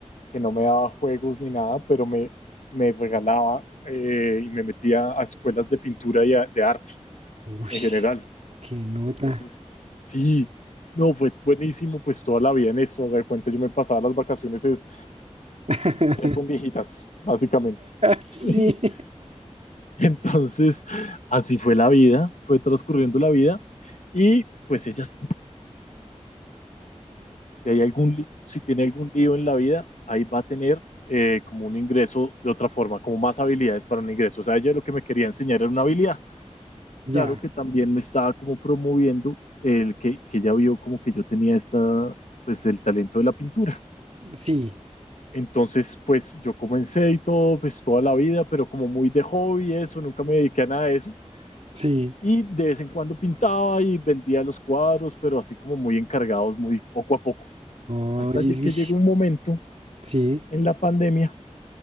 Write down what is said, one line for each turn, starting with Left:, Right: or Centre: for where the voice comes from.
Left: que no me daba juegos ni nada, pero me, me regalaba eh, y me metía a escuelas de pintura y a- de arte
Right: Uy,
Left: en general.
Right: qué nota.
Left: Entonces, sí, no, fue buenísimo, pues toda la vida en eso, de cuenta yo me pasaba las vacaciones, es-
Right: <laughs>
Left: era con viejitas, básicamente.
Right: Sí.
Left: <laughs> <laughs> Entonces, así fue la vida, fue transcurriendo la vida y pues ella, si hay algún lío, si tiene algún lío en la vida, ahí va a tener eh, como un ingreso de otra forma, como más habilidades para un ingreso. O sea, ella lo que me quería enseñar era una habilidad.
Right: Ya,
Left: Claro que también me estaba como promoviendo el que, que ella vio como que yo tenía esta, pues el talento de la pintura.
Right: sí,
Left: Entonces, pues yo comencé y todo, pues toda la vida, pero como muy de hobby, eso, nunca me dediqué a nada de eso.
Right: sí.
Left: y de vez en cuando pintaba y vendía los cuadros, pero así como muy encargados, muy poco a poco.
Right: Oye,
Left: Hasta que
Right: uy,
Left: llegó un momento
Right: sí.
Left: en la pandemia